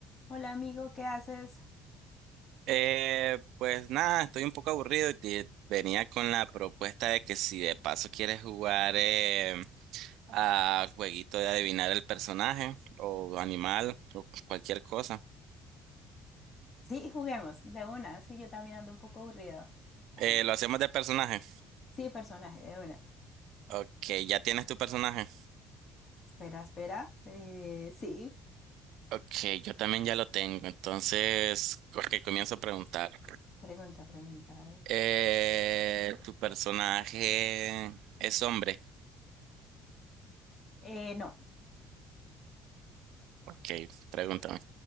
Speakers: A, on the left (about 50°); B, on the right (about 70°).
A: Hola amigo, ¿qué haces?
B: Eh, pues nada, estoy un poco aburrido y te venía con la propuesta de que si de paso quieres jugar eh, a jueguito de adivinar el personaje o animal o cualquier cosa.
A: Sí, juguemos, de una. Sí, yo también ando un poco aburrida. Vale.
B: Eh, lo hacemos de personaje.
A: Sí, personaje, de una.
B: Ok, ya tienes tu personaje.
A: Espera, espera. Eh, sí,
B: Ok, yo también ya lo tengo. Entonces, ok, comienzo a preguntar.
A: pregunta, pregunta. A ver.
B: Eh, ¿tu personaje es hombre?
A: Eh, no.
B: Ok, pregúntame.